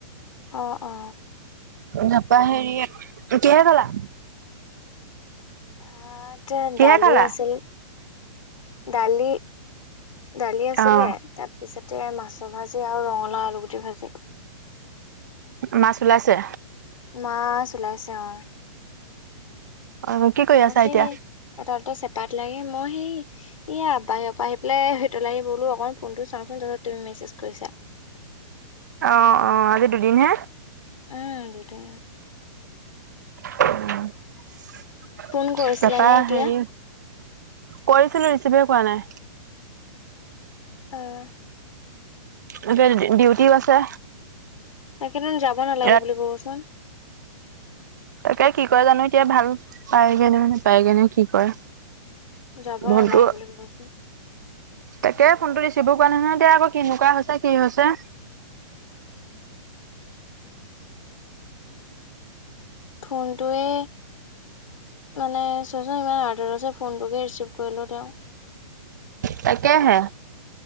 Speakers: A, on the left; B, on the right.
A: অ অ
B: নাপা হেৰি কিহে খালা
A: ভাত
B: কিহে
A: দালি
B: খালা?
A: আছিল দালি দালি আছিলে
B: অ'
A: তাৰপিছতে মাছৰ ভাজি আৰু ৰঙলা আলুগুটি ভাজি।
B: মাছ ওলাইছে
A: মাছ ওলাইছে অ
B: অ' কি কৰি
A: মাছে
B: আছা এতিয়া?
A: এটাতে চেপাৰেট লাগে মই সেই ইয়া বাহিৰৰ পৰা আহি পেলাই আহি বলো অকণ ফোন চাওঁচোন তাৰপাছত তুমি মেছেজ কৰি
B: অঁ অঁ আজি দুদিন হে
A: উম দেউটি ন
B: তাৰাপা
A: ফোন কৰিছিলে নে এতিয়া?
B: হেৰি কৰিছিলো ৰিচিভে কোৱা না।
A: অ',
B: এতিয়া ডিউটিও আছে।
A: তাকেই তো যাব নালাগে
B: ইয়াত
A: বুলি কবচোন
B: তাকে কি কৰে জানো এতিয়া ভাল পায়গে নানে পায়গে ন কি কৰে
A: যাব
B: ফোনটো
A: নালাগে বুলি কবচোন।
B: তাকে ফোনতটো ৰিচিভো কৰা নাই নহয় দিয়া আকৌ কেনেকুৱা হৈছে কি হৈছে।
A: থোনটোয়ে মানে চোৱাচোন ইমান আৰ্ডাৰ আছে ফোনটোকে ৰিচিভ কৰিলো তেওঁ
B: তাকেহে